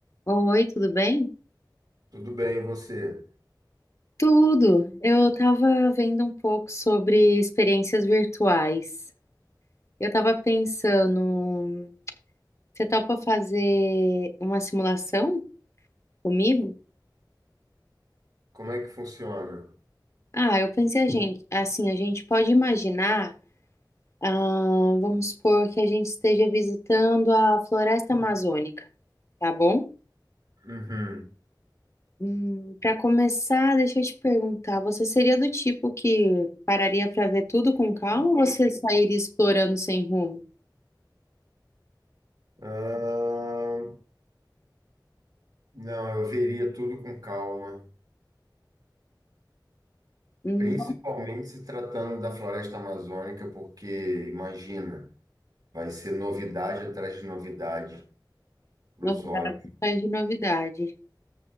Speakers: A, on the left; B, on the right.
A: Oi, tudo bem?
B: Tudo bem, e você?
A: Tudo. Eu estava vendo um pouco sobre experiências virtuais. Eu estava pensando, você topa fazer uma simulação comigo?
B: Como é que funciona?
A: Ah, eu pensei a gente, assim, a gente pode imaginar, ah, vamos supor que a gente esteja visitando a floresta amazônica, tá bom?
B: Uhum.
A: Hum, para começar, deixa eu te perguntar, você seria do tipo que pararia para ver tudo com calma ou você sairia explorando sem rumo?
B: Ah, não, eu veria tudo com calma,
A: Hum,
B: principalmente se tratando da floresta amazônica, porque imagina, vai ser novidade atrás de novidade para
A: novidade,
B: os olhos.
A: faz de novidade.